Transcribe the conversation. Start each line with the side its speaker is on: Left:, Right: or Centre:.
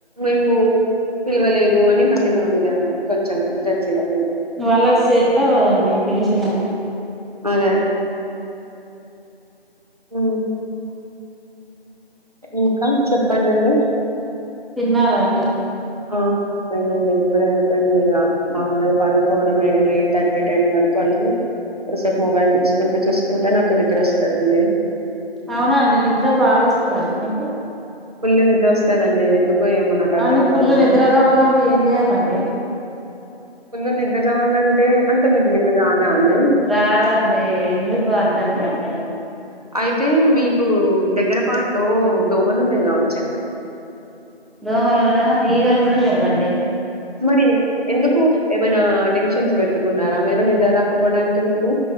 Right: మేము పిలవలేదు అని మళ్ళీ మా మీద కొంచెం జెల్సీగా
Centre: వాళ్ళకి సెట్ అవ్వదండి పిలిచిన
Right: అదే ఆ ఇంకా చెప్పండండి
Centre: తిన్నారా అండి
Right: ఆ అయిందండి ఇప్పుడే అయిపోయిందండి పడుకోవడమే ఇగా నైన్ తర్టీ టెన్ వరకు కొద్దిసేపు మొబైల్ చూసుకుంటూ చూసు నాకు నిద్ర వస్తదండి
Centre: అవునా అండి నిద్ర బాగొస్తుందండి మీకు
Right: ఫుల్లు నిద్ర వస్తదండి ఏమో నాకు అర్థం
Centre: అవును ఫుల్లు
Right: కాదు
Centre: నిద్ర రావాలంటే ఏం చేయాలండి
Right: ఫుల్లు నిద్ర రావాలం అంటే మీకు నిద్ర రాదా అండి
Centre: రాదండి ఎందుకు అర్థం కాదు
Right: అయితే మీకు దగ్గరపాటులో దోమలు ఉన్నాయి కావ
Centre: దోమలు ఆ ఈగలు కూడా లెవ్వండి
Right: మరి ఎందుకు ఏమైనా టెన్షన్ పెట్టుకున్నారా మీరు నిద్ర రాకపోవడానికి మీకు